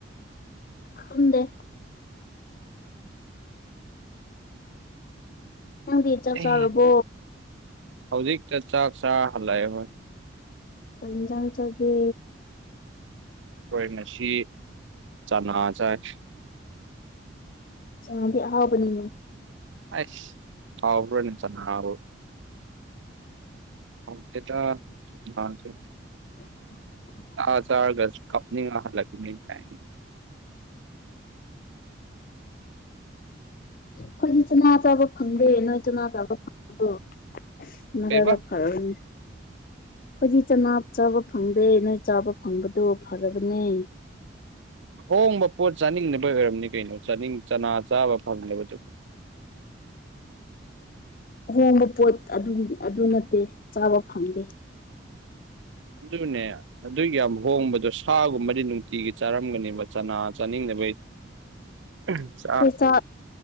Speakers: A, on the left; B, on the right.
A: ꯈꯪꯇꯦ ꯅꯪꯗꯤ ꯆꯥꯛ ꯆꯥꯔꯕꯣ
B: ꯑꯦ ꯍꯧꯖꯤꯛꯇ ꯆꯥꯛ ꯆꯥ ꯍꯜꯂꯑꯦ ꯍꯣꯏ
A: ꯀꯩꯅꯖ ꯆꯒꯦ
B: ꯈꯣꯏ ꯉꯁꯤ ꯆꯅꯥꯥ ꯆꯥꯏ
A: ꯆꯅꯗꯤ ꯑꯍꯎꯕꯅꯤꯅꯦ
B: ꯑꯁ ꯍꯥꯎ꯭ꯕꯔꯥꯅꯦ ꯆꯅꯕꯨ <unintelligible>
A: <unintelligible>
B: ꯑꯥ ꯆꯥꯔꯒꯁ ꯀꯞꯅꯤꯡꯉꯥ ꯍꯥꯜꯂꯛꯄꯥꯅꯦ ꯀꯥꯏ
A: ꯈꯣꯏꯗꯤ ꯆꯥꯅꯥ ꯆꯥꯕꯥ ꯐꯪꯗꯦ ꯅꯣꯏ ꯆꯥꯅꯥ ꯆꯥꯕꯥ <unintelligible> ꯅꯔꯥꯏꯕꯥꯛ
B: ꯀꯩꯕ
A: ꯐꯔꯥꯕꯥꯅꯦ ꯈꯣꯏꯗꯤ ꯆꯅꯥ ꯆꯥꯕ ꯐꯪꯗꯦ ꯅꯣꯏ ꯆꯥꯕ ꯐꯪꯕꯗꯣ ꯐꯔꯕꯅꯦ
B: ꯍꯣꯡꯕ ꯄꯣꯠ ꯆꯥꯅꯤꯡꯗꯕꯩ ꯑꯣꯏꯔꯝꯅꯤ ꯀꯩꯅꯣ ꯆꯥꯅꯤꯡ ꯆꯅꯥ ꯆꯥꯕ ꯐꯪꯗꯕꯗꯣ
A: ꯑꯍꯣꯡꯕ ꯄꯣꯠ ꯑꯗꯨ ꯑꯗꯨ ꯅꯠꯇꯦ ꯆꯥꯕ ꯐꯪꯗꯦ
B: ꯑꯗꯨꯅꯦ ꯑꯗꯨꯛ ꯌꯥꯝ ꯍꯣꯡꯕꯗꯣ ꯁꯥꯒꯨꯝꯕꯗꯤ ꯅꯨꯡꯇꯤꯒꯤ ꯆꯥꯔꯝꯒꯅꯦꯕ ꯆꯅꯥ ꯆꯥꯅꯤꯡꯗꯕꯩ <unintelligible> <unintelligible>
A: ꯑꯩꯈꯣꯏ ꯁꯥ